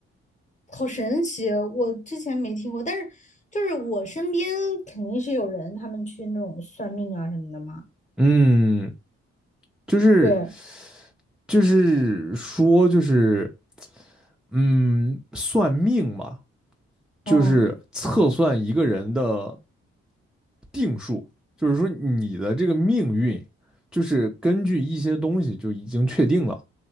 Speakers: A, on the left; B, in the centre.
A: 好神奇啊，我之前没听过，但是就是我身边肯定是有人他们去那种算命啊什么的嘛。
B: 嗯，就是
A: 对，
B: 就是说就是。嗯，算命嘛，就是测算一个人的
A: 嗯
B: 定数，就是说你的这个命运，就是根据一些东西就已经确定了，